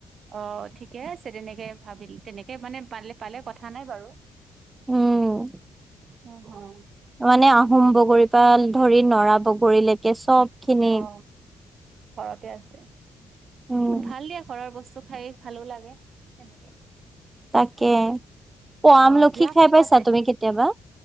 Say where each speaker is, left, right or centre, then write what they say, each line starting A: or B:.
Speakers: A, on the right; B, on the right.
A: অঁ ঠিকে আছে তেনেকে ভাবিলে তেনেকে মানে পালে পালে কথা নাই বাৰু-
B: ওঁম।
A: উমঁ, হম-
B: মানে আহোম বগৰীৰ, পৰা ধৰি নৰা বগৰীলৈকে চব- খিনি
A: অঁ ঘৰতে আছে
B: উম
A: ভাল দিয়া ঘৰৰ বস্তু খাই। ভালো লাগে তেনেকে-
B: তাকে অঁ
A: অ',
B: আমলখি
A: দিয়া
B: খাই
A: ঠিক
B: পাইছা
A: আছে
B: তুমি কেতিয়াবা-